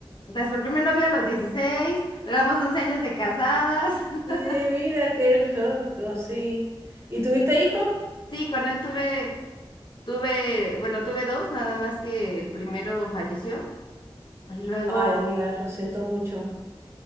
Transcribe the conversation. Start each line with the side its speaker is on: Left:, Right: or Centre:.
Left: nuestro primer novio a los 16 duramos 11 años de casadas. <laughs>
Right: Sí, mira, qué loco, sí. ¿Y tuviste hijos?
Left: Sí, con él tuve, tuve, bueno, tuve dos, nada más que el primero falleció. Y luego,
Right: Ay, amiga, lo siento mucho,